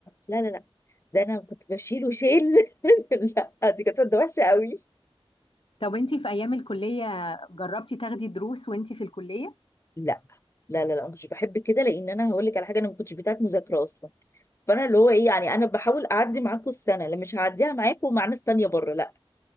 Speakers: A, on the left (about 25°); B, on the left (about 60°).
A: لا لا لا ده انا كنت بشيله شيل <laughs> لا دي كانت ماده وحشه قوي
B: طب انتي في ايام الكلية جربتي تاخدي دروس وانتي في الكلية
A: لا لا لا لا ما كنتش بحب كده لان انا هقول لك على حاجه انا ما كنتش بتاعت مذاكره اصلا فانا اللي هو ايه يعني انا بحاول اعدي معاكم السنه اللي مش هعديها معاكم مع ناس تانيه بره لا